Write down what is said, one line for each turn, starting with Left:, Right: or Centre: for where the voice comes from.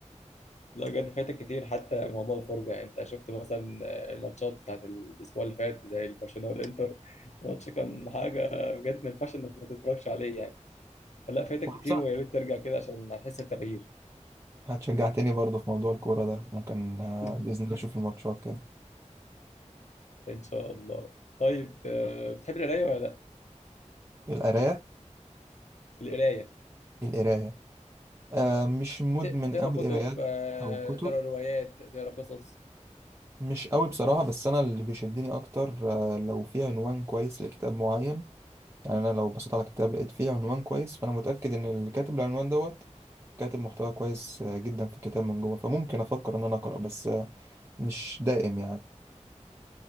Left: لا بجد فايتك كتير حتى موضوع الفرجة يعني انت شفت مثلا الماتشات بتاعت الاسبوع اللي فات زي البرشلونة والانتر الماتش كان حاجة بجد ما ينفعش انك ما تتفرجش عليه يعني فلا فايتك
Right: وأنا
Left: كتير
Right: بصراحة
Left: ويا ريت ترجع كده عشان هتحس بتغيير
Right: هتشجعتني برضه في موضوع الكورة ده ممكن آه،
Left: <laughs>
Right: بإذن الله أشوف الماتشات كده
Left: ان شاء الله طيب آه، بتحب القراية ولا لا
Right: القراية
Left: القراية
Right: القراية آه مش مدمن
Left: بت- تقرا
Right: قوي
Left: كتب
Right: قرايات
Left: آه،
Right: أو كتب
Left: تقرا روايات تقرا قصص
Right: مش قوي بصراحة بس أنا اللي بيشدني أكتر آه لو في عنوان كويس لكتاب معين يعني أنا لو بصيت على كتاب لقيت فيه عنوان كويس فأنا متأكد إن اللي كاتب العنوان دوت كاتب محتوى كويس آه جدا في الكتاب من جوه فممكن أفكر إن أنا أقرأ بس آه مش دائم يعني